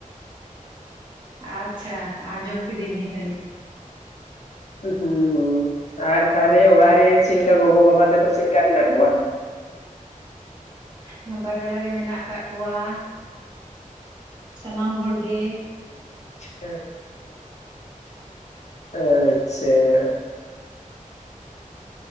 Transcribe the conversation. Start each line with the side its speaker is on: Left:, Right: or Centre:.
Right: ᱟᱪᱪᱷᱟ ᱟᱡᱚᱢ ᱠᱤᱫᱟᱹᱧ ᱱᱤᱛ ᱟᱹᱱᱤᱡ
Left: ᱦᱩᱸ ᱟᱨ ᱛᱟᱦᱞᱮ ᱚᱲᱟᱜ ᱨᱮ ᱞᱮᱠᱟ ᱜᱚᱜᱚ ᱵᱟᱵᱟ ᱛᱟᱠᱚ ᱪᱮᱫ ᱞᱮᱠᱟᱠᱟᱢᱤ ᱢᱮᱱᱟᱜ ᱠᱚᱣᱟ ᱾
Right: ᱱᱟᱯᱟᱭ ᱵᱮᱲᱟ ᱜᱮ ᱢᱮᱱᱟᱜ ᱟᱠᱟᱫ ᱠᱚᱣᱟ᱾ ᱥᱟᱱᱟᱢ ᱦᱚᱲ ᱜᱮ
Left: ᱦᱮᱸ ᱟ. ᱟᱪᱪᱷᱟ